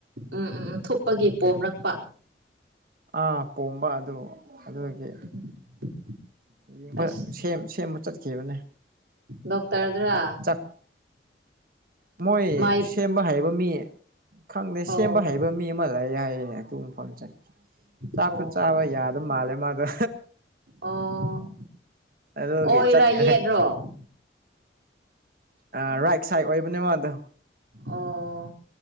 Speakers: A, on the right; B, on the right.
A: ꯎꯝ ꯎꯝ ꯊꯨꯞꯄꯒꯤ ꯄꯣꯝꯔꯛꯄ
B: ꯑꯥ ꯄꯣꯝꯕ ꯑꯗꯨ ꯑꯗꯨꯗꯒꯤ
A: <inaudible>
B: ꯎ ꯌꯦꯡꯕ
A: ꯑꯁ
B: ꯁꯦꯝꯕ ꯆꯠꯈꯤꯕꯅꯦ
A: ꯗꯣꯛꯇꯔꯗꯔꯥ
B: ꯆꯥꯛ ꯃꯣꯏ
A: ꯃꯥꯏ
B: ꯁꯦꯝꯕ ꯍꯥꯏꯩꯕ ꯃꯤ ꯈꯪꯗꯦ
A: ꯑꯣ
B: ꯁꯦꯝꯕ ꯍꯥꯏꯩꯕ ꯃꯤ ꯇꯍꯜꯂꯛꯑꯦ ꯍꯥꯏꯌꯦꯡ ꯑꯗꯨꯨꯝꯕꯐꯝ ꯆꯠꯦ ꯆꯥꯛꯁꯨ
A: ꯑꯣ ꯑꯣ
B: ꯆꯥꯕ
A: ꯑꯣ
B: ꯌꯥꯗꯕ ꯃꯥꯜꯂꯦ ꯃꯥꯗꯣ
A: ꯑꯣ
B: ꯑꯗꯨꯒꯤ
A: ꯑꯣꯏꯔ
B: ꯆꯠꯈ꯭ꯔꯦ
A: ꯌꯦꯠꯔꯣ
B: ꯑ ꯔꯥꯏꯠ ꯁꯥꯏꯠ ꯑꯣꯏꯕꯅꯦ ꯃꯥꯗꯣ
A: ꯑꯣ